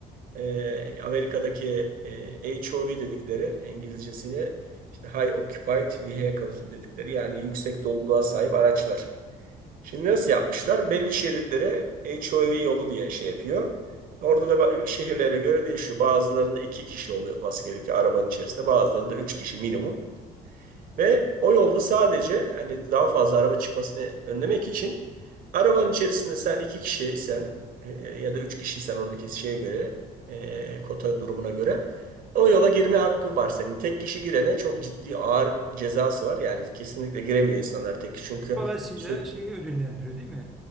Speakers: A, on the right; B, in the centre.
A: Ee, Amerika'daki e, HOV dedikleri İngilizcesini işte High Occupied Vehicle dedikleri yani yüksek doluluğa sahip araçlar. Şimdi nasıl yapmışlar? Belli şeritlere HOV yolu diye şey yapıyor. Orada da ba- şehirlere göre değişiyor. Bazılarında iki kişi oluyor olması gerekiyor arabanın içerisinde. Bazılarında üç kişi minimum. Ve o yolda sadece hani daha fazla araba çıkmasını önlemek için arabanın içerisinde sen iki kişiysen e, ya da üç kişiysen oradaki şeye göre e, kota durumuna göre o yola girme hakkın var senin. Tek kişi girene çok ciddi ağır cezası var. Yani kesinlikle giremiyor insanlar tek kişi çünkü
B: Dolayısıyla
A: sürekli
B: şeyi ödüllendiriyor değil mi?